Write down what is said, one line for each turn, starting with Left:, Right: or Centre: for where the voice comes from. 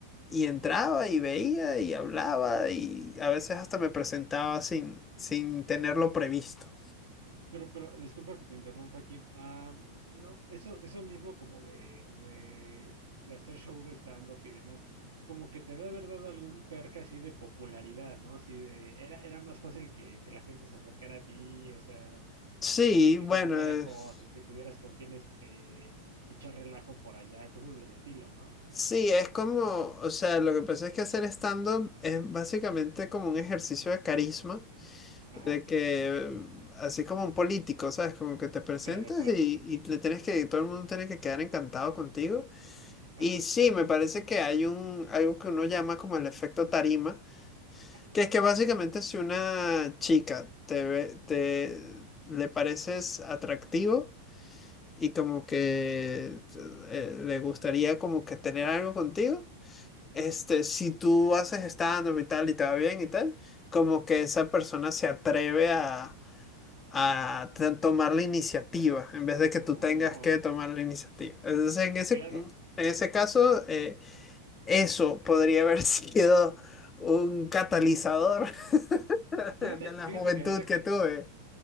Left: y entraba y veía y hablaba y a veces hasta me presentaba sin, sin tenerlo previsto.
Right: Pero, pero, disculpa que te interrumpa aquí. Ah, no, eso, eso mismo como de, de, de hacer show de stand-up y demás, como que te debe haber dado algún perk así de popularidad, ¿no? Así de, era, era más fácil que, que la gente se acercara a ti, o sea,
Left: Sí,
Right: que, que
Left: bueno,
Right: te invitara
Left: es-
Right: a cosas, que tuvieras con quién este, echar relajo por allá, cosas del estilo, ¿no?
Left: sí, es como, o sea, lo que pasa es que hacer stand-up es básicamente como un ejercicio de carisma,
Right: Ajá,
Left: de que, así como un político, ¿sabes? Como que te presentas
Right: claro, claro,
Left: y, y le tienes que, todo el mundo tiene que quedar encantado contigo.
Right: ajá,
Left: Y sí, me parece que hay un, algo que uno llama como el efecto tarima
Right: ajá.
Left: Que es que básicamente si una chica te ve, te le pareces atractivo y como que eh, le gustaría como que tener algo contigo, este, si tú haces stand-up y tal y te va bien y tal, como que esa persona se atreve a, a t- tomar la iniciativa en vez de que
Right: Oh,
Left: tú tengas que tomar la iniciativa. Entonces, en ese,
Right: claro.
Left: en ese caso, eh, eso podría haber <laughs> sido un catalizador <laughs>
Right: Fíjate,
Left: de la
Right: fíjate
Left: juventud
Right: que ahorita
Left: que
Right: que
Left: tuve.